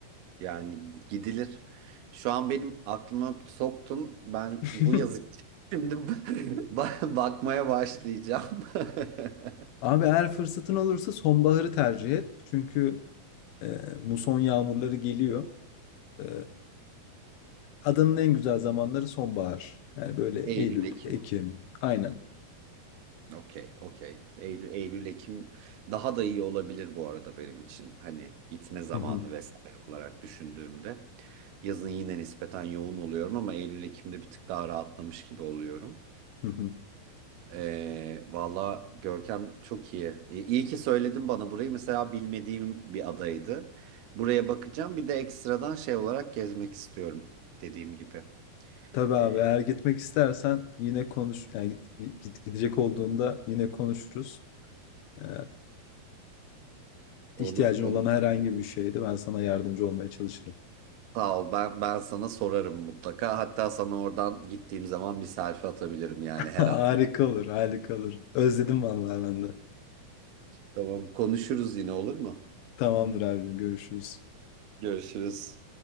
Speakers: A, on the right; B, on the left.
A: Yani gidilir. Şu an benim aklıma soktum. Ben
B: <laughs>
A: bu yazı <laughs> şimdi ba- bakmaya başlayacağım. <laughs>
B: Abi eğer fırsatın olursa sonbaharı tercih et. Çünkü e, muson yağmurları geliyor. E, adanın en güzel zamanları sonbahar. Yani böyle
A: Eylül,
B: Eylül,
A: Ekim.
B: Ekim. Aynen.
A: Okey, okey. Eylül, Eylül, Ekim daha da iyi olabilir bu arada benim için. Hani gitme zamanı
B: Hı hı,
A: vesaire olarak düşündüğümde. Yazın yine nispeten yoğun oluyorum ama Eylül, Ekim'de bir tık daha rahatlamış gibi oluyorum.
B: hı hı.
A: Ee, valla Görkem çok iyi. Ee, İyi ki söyledin bana burayı. Mesela bilmediğim bir adaydı. Buraya bakacağım. Bir de ekstradan şey olarak gezmek istiyorum dediğim gibi.
B: Tabii abi
A: Ee,
B: eğer gitmek istersen yine konuş. Yani git- git- gidecek olduğunda yine konuşuruz. E,
A: olur,
B: ihtiyacın
A: olur.
B: olan herhangi bir şeyde ben sana yardımcı olmaya çalışırım.
A: Sağ ol. Ben ben sana sorarım mutlaka. Hatta sana oradan gittiğim zaman bir selfie atabilirim yani
B: <laughs>
A: her an.
B: Harika olur, harika olur. Özledim vallahi ben de.
A: Tamam, konuşuruz yine olur mu?
B: Tamamdır abicim görüşürüz.
A: Görüşürüz.